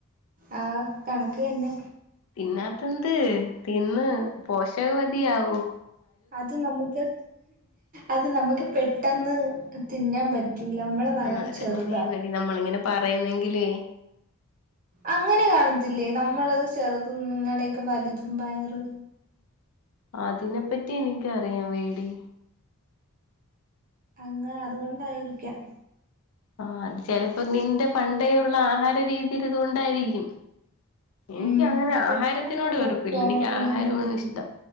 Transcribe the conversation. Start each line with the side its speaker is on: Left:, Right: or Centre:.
Right: ആഹ് കണക്ക് തന്നെ
Left: തിന്നാത്തെന്ത് തിന്ന് പോഷക വധിയാവൂ
Right: അത് നമുക്ക് അത് നമുക്ക് പെട്ടെന്ന് തിന്നാൻ പറ്റൂല നമ്മളെ വയറ്
Left: ആഹ് അതങ്ങനെയാന്നെടി
Right: ചെറുതാ.
Left: നമ്മളിങ്ങനെ പറയുന്നെങ്കിലൈ
Right: അങ്ങനെ കാണത്തില്ലേ നമ്മളത് ചെറുതും നിങ്ങളടെയെക്കെ വലുതും വയറ്
Left: അതിനെപ്പറ്റി എനിക്കറിയാൻവയ്യെടീ
Right: അങ്ങ അതുകൊണ്ടായിരിക്കാം
Left: ആഹ് ചെലപ്പോ നിന്റെ പണ്ടേയൊള്ള ആഹാര രീതീടെത് കൊണ്ടായിരിക്കും എനിക്കങ്ങനെ
Right: ഉം. പെട്ടെന്ന്
Left: ആഹാരത്തിനോട്
Right: നമ്മൾക്ക്
Left: വെറുപ്പില്ല
Right: പോകാനൊന്നും
Left: എനിക്ക് ആഹാരോണിഇഷ്ടം
Right: പറ്റത്തില്ല.